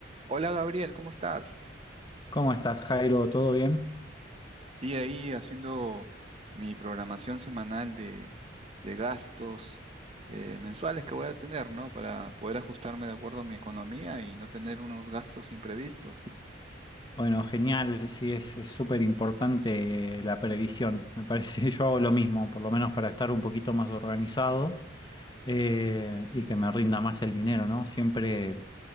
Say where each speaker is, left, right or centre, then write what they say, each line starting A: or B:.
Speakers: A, on the right (about 35°); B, on the left (about 25°).
A: Hola Gabriel, ¿cómo estás?
B: ¿Cómo estás, Jairo? ¿Todo bien?
A: Sí, ahí haciendo mi programación semanal de, de gastos eh, mensuales que voy a tener, ¿no? Para poder ajustarme de acuerdo a mi economía y no tener unos gastos imprevistos.
B: Bueno, genial, sí, es es súper importante la previsión. Me parece, <laughs> yo hago lo mismo, por lo menos para estar un poquito más organizado eh, y que me rinda más el dinero, ¿no? Siempre